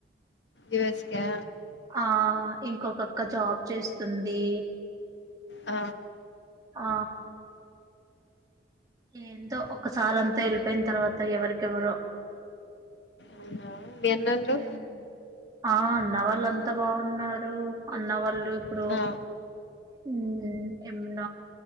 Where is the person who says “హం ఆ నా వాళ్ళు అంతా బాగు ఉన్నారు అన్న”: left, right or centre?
Right